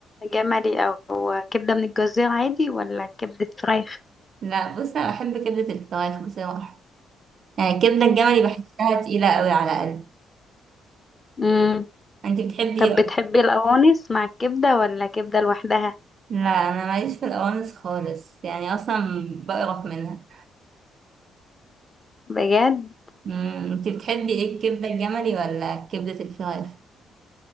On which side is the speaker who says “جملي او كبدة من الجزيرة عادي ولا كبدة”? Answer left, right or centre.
Left